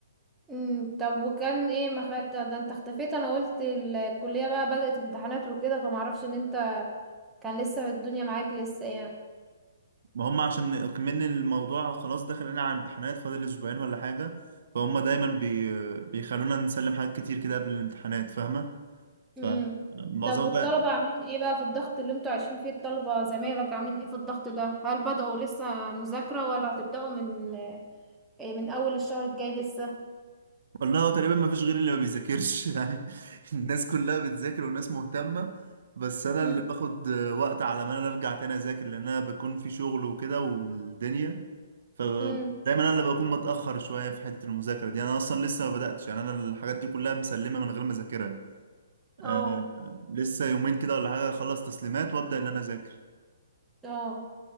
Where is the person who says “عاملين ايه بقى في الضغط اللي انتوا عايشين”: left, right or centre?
Centre